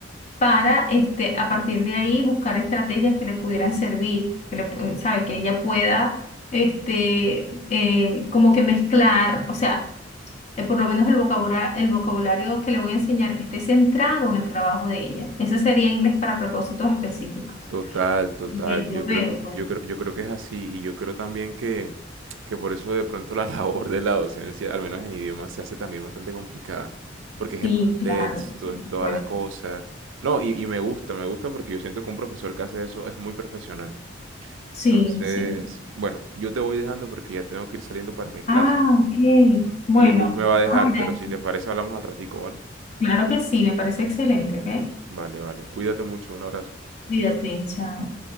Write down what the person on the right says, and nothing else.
Total, total.
Yo
creo, yo
yo creo, yo creo que es así. Y yo creo también que, que por eso de pronto la <laughs> labor de la docencia, al menos en idiomas, se hace también bastante complicada. Porque es
el contexto,
es
toda la cosa. No, y, y me gusta, me gusta porque yo siento que un profesor que hace eso es muy profesional.
Entonces,
bueno, yo te voy dejando porque ya tengo que ir saliendo para mi clase.
Y el bus me va a dejar,
pero si te parece hablamos al ratico, ¿vale?
Vale, vale. Cuídate mucho, un abrazo.